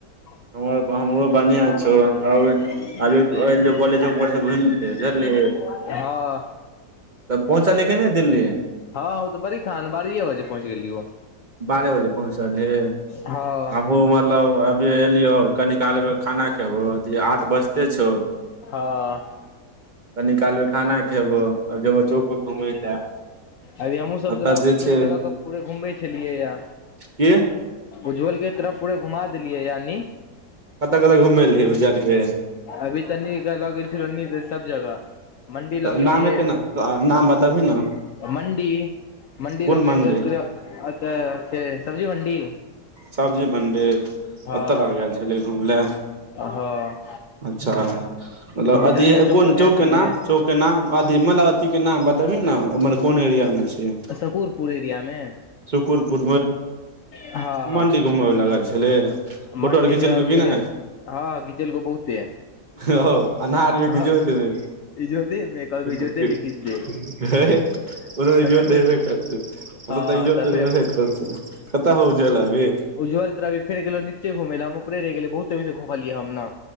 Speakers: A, on the left (about 70°); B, on the right (about 45°).
A: <unintelligible>
B: हमर हमरो बढ़िआँ छौ आओर अभी एलियौ कॉलेज पर से घुमि के बुझलिही
A: हँ
B: तब पहुँचलही कि नहि दिल्ली
A: हँ ओ तऽ बड़ी खन बारीए बजे पहुँच गेली ओ
B: बारह बजे पहुँचली हे
A: हँ
B: आबू मतलब एलियो कनी काल खाना खेबो अथी आठ बजते छौ
A: हँ
B: कनि कालमे खाना खेबो आ जेबो चौक पर घुमय लए
A: अभी हमहूँ सब
B: एतऽ
A: तोरा
B: जे
A: उज्जल
B: छै
A: के लऽ कऽ पूरे घुमबै छलियै या
B: की
A: उज्ज्वल के तरफ पूरे घुमा देलियै यानि।
B: कतय कतय घुमेली उज्जल के
A: अभी तन्नी लऽ गेल छन्नी से सब जगह मंडी लऽ गेलियै
B: नाम एते ने नाम बताबही ने
A: मंडी मंडी
B: कोन
A: लगै
B: मंदिर
A: त अच्छा से सब्जी मण्डी
B: सब्जी मनडी
A: हँ
B: ओतय लग गेल छलै घूम ले
A: हँ
B: अच्छा मतलब
A: तऽ बिटनिया
B: अथी कोन
A: पर गेल
B: चौक के
A: छलियै
B: नाम चौक के नाम अथी मलावती के नाम बतबही ने उमर कोन एरिया मे छै
A: सकूरपुर एरिया मे
B: सुकुरपुर
A: हँ
B: <unintelligible>
A: हँ
B: मणंडी घूमय लागल छली फोटो
A: मंडी
B: आर
A: त्यौहार
B: खिचेलको की
A: के लिए
B: नहि
A: हँ घीचेल को बहुते
B: ह अनारमे
A: हँ
B: क जोतमे
A: इजोते मे कहलको इजोते
B: <unintelligible>
A: मे घीच दे
B: ओत त
A: तकर
B: इजोत
A: फेर
B: हेबतै ओन
A: हँ
B: त ई जोति
A: तऽ फेर
B: बरबेतै कत हौ जल भी
A: उज्जल तऽ फेर गेलोीचे घुम ल हम उपे रहि गेले बहुत त खो खाली हम ने